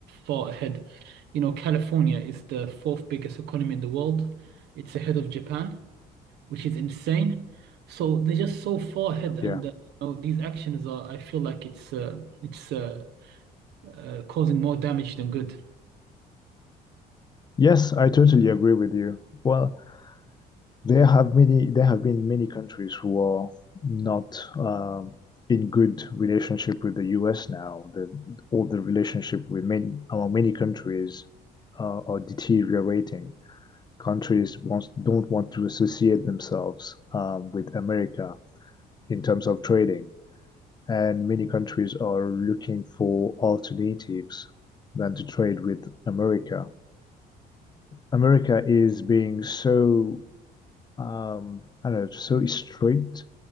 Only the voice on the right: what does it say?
far ahead. You know, California is the fourth biggest economy in the world. It's ahead of Japan, which is insane. So they're just so far ahead, and
uh, you know, these actions are. I feel like it's uh, it's uh, uh, causing more damage than good.